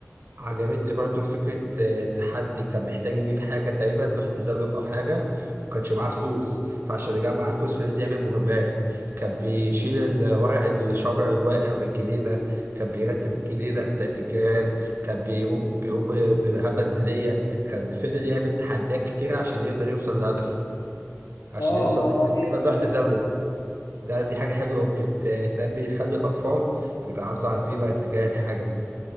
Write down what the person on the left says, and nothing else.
اه
ما
هو دي
حاجة